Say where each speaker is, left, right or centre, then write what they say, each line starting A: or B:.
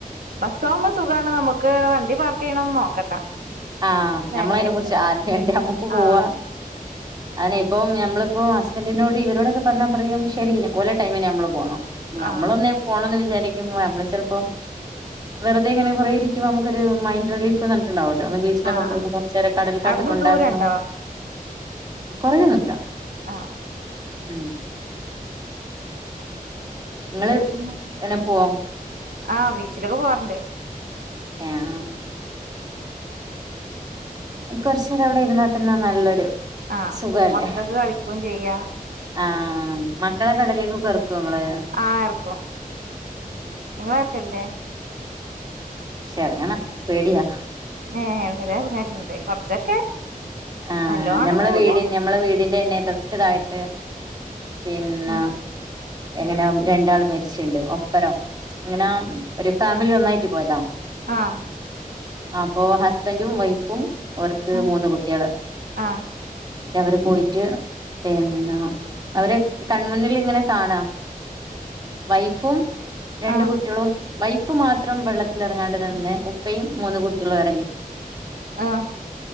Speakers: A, on the right; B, on the right.
A: ബസ്സാവുമ്പ സുഖാണ് നമുക്ക് വണ്ടി പാർക്കെയ്യണോന്നും നോക്കണ്ട.
B: ആഹ്
A: നേരെ
B: ഞമ്മളയ്നെ
A: ഇറങ്ങിയാ
B: കുറിച്ച്
A: മതി
B: ആദ്യണ്ടെ നമ്മുക്ക് പോവാ
A: ആഹ്
B: അഎന്നെ ഇപ്പം നമ്മള്പ്പോ ഹസ്ബൻഡറിനോട് ഇവരോടൊക്കെ പറഞ്ഞാ പറയും ശരി ഓലെ ടൈമിന് നമ്മള് പോണം. ഞമ്മളൊന്ന്
A: ആഹ്
B: പോണംന്ന് വിചാരിക്കുമ്പോ നമ്മള് ചെൽപ്പം. വെറുതെ ഇങ്ങനെ കൊറേ ഇരിക്കുമ്പോ അമക്കൊരു മൈഡ് റിലീഫ്ന്നറഞ്ഞിണ്ടാവൊല്ലോ <unintelligible> ച്ചിലൊക്കെ
A: ആഹ്
B: പോയി
A: ആഹ്
B: കൊറ്ച്ചേരം കടൽക്കാറ്റൊക്കെ
A: അവിടുന്ന്
B: ഉണ്ടാകുന്നു.
A: ദൂരണ്ടോ
B: കൊറേയൊന്നുല്ല.
A: ആഹ്
B: ഉം ഇങ്ങള്
A: കെടക്കുന്നു
B: എങ്ങനെ പോവോ
A: ആഹ് ബീച്ചിലൊക്കെ പോവാറ്ണ്ട്.
B: ഏഹ് ആഹ് കൊറച്ചേരം അവിടെ ഇരുന്നാൽ തന്നെ നല്ലൊരു
A: ആഹ്
B: സുഖല്ലേ
A: മക്കൾക്ക് കളിക്കും ചെയ്യ
B: ആഹ് മക്കളെ കടലീക്ക് ഒക്കെ എറക്കോ ഇങ്ങള്.
A: ആഹ്. എറ്ക്കും ഇങ്ങളറ്ക്കലില്ലേ
B: ശർങ്ങനം പേടിയാ
A: ഏഹ് ഇവരെ എറ്ങ്ങല്ണ്ട് കൊറച്ചൊക്കെ
B: ആഹ്
A: നല്ലോണ്ട്
B: ഞമ്മളെ
A: പോവൂല
B: വീടിന്റെ ഞമ്മളെ വീടിന്റെ എന്നെ തൊട്ട് തായ്ത്ത് പിന്നെ
A: ഉം
B: എങ്ങനെ രണ്ടാൾ മരിച്ചിട്ടുണ്ട് ഒപ്പരം. അങ്ങനെ ഒരു ഫാമിലി ഒന്നായിട്ട് പോയതാ.
A: ആഹ്
B: അപ്പൊ ഹസ്ബൻഡും വൈഫും ഓർക്ക്
A: ഉം
B: മൂന്ന് കുട്ട്യേള്
A: ആഹ്
B: റ്റ അവര് പോയിട്ട് പിന്നെ അവര് കൺമുന്നില് ഇങ്ങനെ കാണാ വൈഫും രണ്ട്
A: ആഹ്
B: കുട്ട്യേളും വൈഫ് മാത്രം വെള്ളത്തില് എറങ്ങാണ്ട നിന്ന്. ഉപ്പയും മൂന്ന് കുട്ട്യേളും എറങ്ങി.
A: ആഹ്